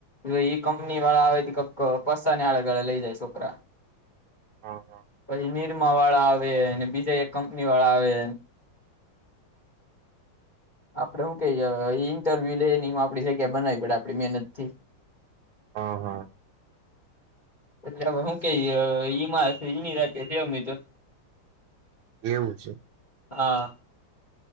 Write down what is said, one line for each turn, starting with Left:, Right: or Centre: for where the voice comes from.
Left: જો ઈ કંપની વાળા આવે કક પસ્તા ને આડે ગાળે લઈ જાય છોકરા
Right: હા હા
Left: પછી નિરમા વાળા આવેને બીજુ એક કંપની વાળા આવે આપડે હું કઈ ઇન્ટરવ્યુ લે ને એ આપણી જગ્યા બનાવી પડે આપડી મહેનત થી
Right: હા હા
Left: એટલેવે હું કે ઈમા ની રાતે જે અમેતો
Right: એવું છે.
Left: હા